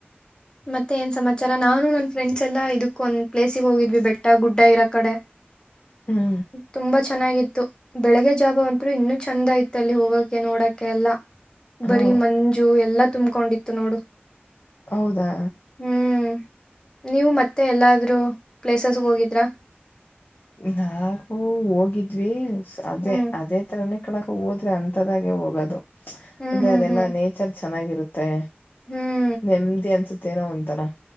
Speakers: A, on the left (about 20°); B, on the left (about 55°).
A: ಮತ್ತೆ ಏನ್ ಸಮಾಚಾರ ನಾನು ನನ್ ಫ್ರೆಂಡ್ಸ್ ಎಲ್ಲಾ ಇದಕ್ಕ ಒಂದ್ ಪ್ಲೇಸಿಗೆ ಹೋಗಿದ್ವಿ ಬೆಟ್ಟ ಗುಡ್ಡ ಇರೋ ಕಡೆ
B: ಹ್ಮ
A: ತುಂಬಾ ಚೆನ್ನಾಗಿತ್ತು ಬೆಳಿಗ್ಗೆ ಜಾವ ಅಂತರು ಇನ್ನೂ ಚೆಂದಯಿತ್ತು ಅಲ್ಲಿ ಹೋಗೋಕೆ ನೋಡಕ್ಕೆ ಎಲ್ಲ
B: ಹಾ
A: ಬರಿ ಮಂಜು ಎಲ್ಲಾ ತುಂಬ್ಕೊಂಡಿತ್ತು ನೋಡು
B: ಹೌದಾ
A: ಹ್ಮ್ ನೀವು ಮತ್ತೆ ಎಲ್ಲಾದ್ರೂ ಪ್ಲೇಸಸ್ಗ ಹೋಗಿದ್ರಾ
B: ನಾವು ಹೋಗಿದ್ವಿ ಅದೇ
A: ಹ್ಮ್
B: ಅದೇ ತರನೆ ಕಡಕ ಹೋದ್ರೆ ಅಂಥದಾಗೆ ಹೋಗೋದು
A: ಹ್ಮ್
B: ಅಂದ್ರೆ
A: ಹ್ಮ್
B: ಅದೆಲ್ಲಾ
A: ಹ್ಮ್
B: ನೇಚರ್ ಚೆನ್ನಾಗಿರುತ್ತೆ
A: ಹ್ಮ್
B: ನೆಮ್ಮದಿ ಅನ್ಸುತ್ತೇನೋ ಒಂಥರಾ